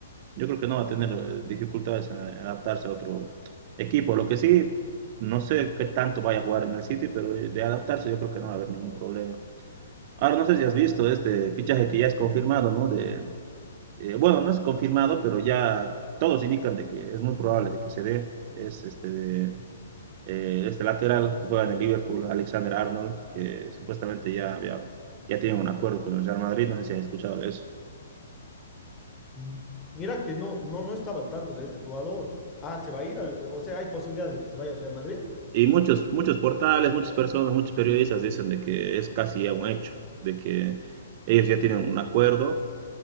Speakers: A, on the right (about 35°); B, on the left (about 15°).
A: yo creo que no va a tener eh, dificultades en eh, adaptarse a otro equipo. Lo que sí, no sé qué tanto vaya a jugar en el City, pero de adaptarse yo creo que no va a haber ningún problema. Ahora no sé si has visto este fichaje que ya es confirmado, ¿no? De, eh, bueno, no es confirmado, pero ya todos indican de que es muy probable de que se dé. Es este de eh, este lateral que juega en el Liverpool, Alexander Arnold, que supuestamente ya, ya, ya tienen un acuerdo con el Real Madrid, no sé si han escuchado de eso.
B: Mm. Mira que no, no, no estaba al tanto de este jugador. Ah, se va a ir, al- o sea, hay posibilidades de que se vaya al Real Madrid.
A: Y muchos, muchos portales, muchas personas, muchos periodistas dicen de que es casi ya un hecho, de que ellos ya tienen un acuerdo